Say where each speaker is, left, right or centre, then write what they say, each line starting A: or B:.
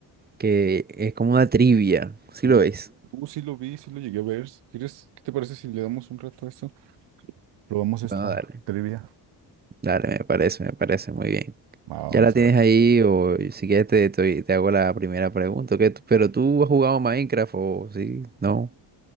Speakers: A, on the right (about 25°); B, on the right (about 80°).
A: que es como una trivia, si
B: Uh,
A: lo ves?
B: uh, sí lo vi, sí lo llegué a ver. ¿Quieres, qué te parece si le damos un rato a esto? Probamos
A: Bueno,
B: esta
A: dale,
B: trivia.
A: dale, me parece, me parece muy bien.
B: Va, vamos
A: ¿Ya la tienes
B: a ver.
A: ahí o si quieres te, te, te hago la primera pregunta? ¿qué tú- ¿Pero tú has jugado Minecraft o sí? ¿No?